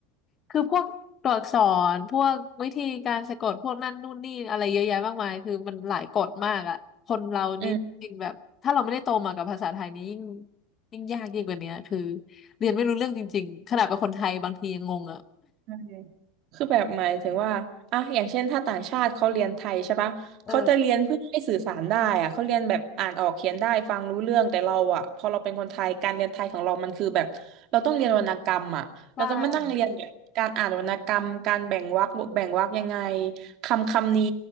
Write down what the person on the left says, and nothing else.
คือพวกตัวอักษรพวกวิธีการสะกดพวกนั่นนู่นนี่อะไรเยอะแยะมากมายคือมันหลายกฎมากอ่ะคนเรานี่จริงแบบถ้าเราไม่ได้โตมากับภาษาไทยนี้ยิ่ง
ยิ่งยากยิ่งกว่านี้คือเรียนไม่รู้เรื่องจริงๆขนาดเป็นคนไทยบางทียังงงอ่ะ
เออใช่